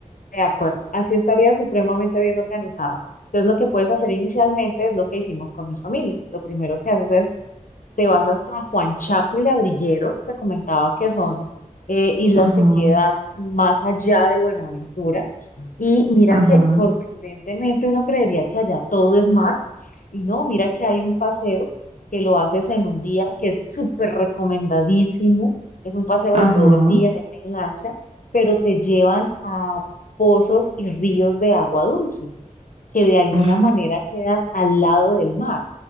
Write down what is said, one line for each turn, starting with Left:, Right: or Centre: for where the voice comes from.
Left: de acuerdo. Así estaría supremamente bien organizado. Entonces, lo que puedes hacer inicialmente es lo que hicimos con mi familia. Lo primero que haces es, te vas hasta Juan Chaco y Ladrilleros, te comentaba que son eh, islas
Right: Ajá,
Left: que quedan más allá de Buenaventura Y mira
Right: ajá,
Left: que sorprendentemente uno creería que allá todo es mar, y no, mira que hay un paseo que lo haces en un día que es súper recomendadísimo, es un paseo
Right: ajá.
Left: de todo el día, es en lancha, pero te llevan a pozos y ríos de agua dulce, que de alguna
Right: Ah,
Left: manera quedan al lado del mar.